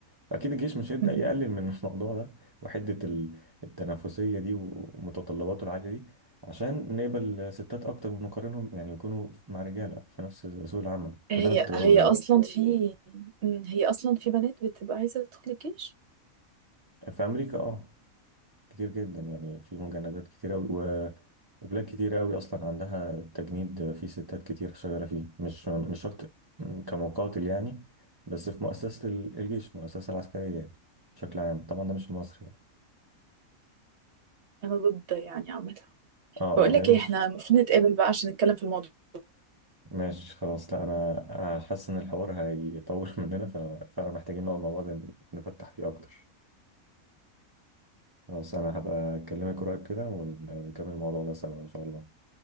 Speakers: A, on the right (about 30°); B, on the right (about 60°).
A: فاكيد الجيش مش هيبدا
B: مهم.
A: يقلل من <laughs> الموضوع ده وحده ال- التنافسيه دي ومتطلباته العاليه دي عشان نقبل ستات اكتر ونقارنهم يعني يكونوا مع رجاله في نفس سوق العمل فده
B: هي
A: انا كنت بقوله
B: هي
A: يعني
B: اصلا في مم، هي اصلا في بنات بتبقى عايزه تدخل الجيش
A: في امريكا اه كتير جدا يعني في مجندات كتير أوي و... وبلاد كتير أوي أصلا عندها التجنيد في ستات كتير شغالة فيه مش مش شرط كمقاتل يعني بس في مؤسسة ال- الجيش المؤسسة العسكرية يعني بشكل عام طبعا ده مش في مصر يعني
B: انا ضد يعني عامه
A: اه
B: بقول
A: اه
B: لك
A: لأنه
B: ايه
A: مش
B: احنا المفروض نتقابل بقى عشان نتكلم في الموضوع
A: ماشي خلاص لا أنا حاسس إن الحوار هيطول <laughs> مننا فأنا فعلا محتاجين نقعد مع بعض نفتح فيه أكتر خلاص أنا هبقى أكلمك قريب كده ون- ونكمل الموضوع ده سوا إن شاء الله